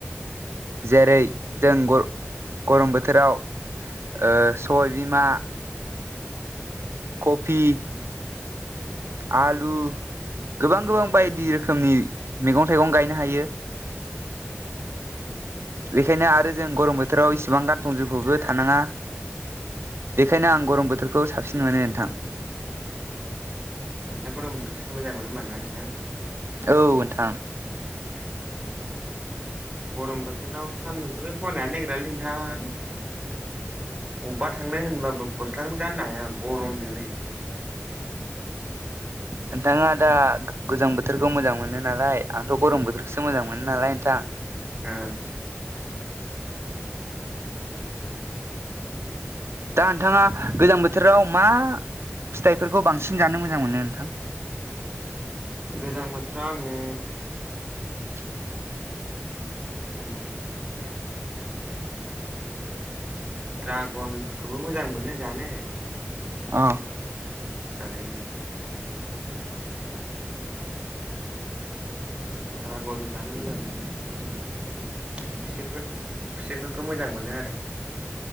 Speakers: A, on the right (about 70°); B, on the right (about 20°).
A: जेरै जों गर गरम बोथोराव ओ सबाय बिमा खफि आलु गोबां गोबां बायदि रोखोमनि मेगं थाइगं गायनो हायो।
B: ओम।
A: बेखायनो आरो जों गरम बो थोराव इसेबां गानफब जोमफबबो थानाङा बेखायनो आं गरम बोथोर खौ साबसिन मोनो नोंथां।
B: अ नोंथाङा गरम बोथोरखौसो मोजां मोनो होमबा ना नोंथां?
A: औ नोंथां।
B: गरम बोथोराव सान्दुंखौनो सहायनो हानो नागिरालै नोंथां। अब्बा थांनो होनब्लाबो गस्लाखोनो गाननो हाया गरमजोंनो।
A: नोंथाङा दा गोजां बोथोरखौ मोजां मोन नो नालाय आंथ' गरम बोथोरखौसो मोजां मोनो नालाय नोंथां।
B: ओ।
A: दा नोंथाङा गोजां बोथोराव मा फिथाइफोरखौ बांसिन जानो मोजां मोनो नोंथां?
B: गोजां बोथोराव आङो
A: <inaudible>
B: ओम। ड्रागनफोरखौबो मोजां मोनो जानो।
A: अ।
B: आरो ड्रागन जानो मोजां मोनो आरो खुसेरफोर - खुसेरफोर खै मोजां मोनो आरो नोंथां।